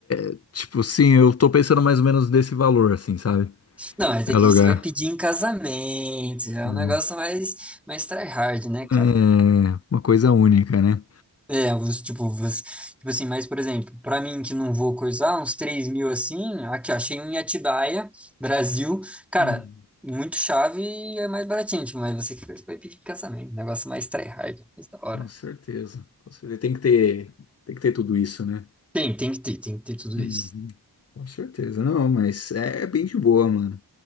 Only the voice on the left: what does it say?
é, tipo assim, eu tô pensando mais ou menos desse valor, assim, sabe?
É
lugar.
Hum.
É uma coisa única, né?
Hum,
com certeza. Com certeza. Tem que ter, tem que ter tudo isso, né?
Uhum.
Com certeza, não, mas é é bem de boa, mano.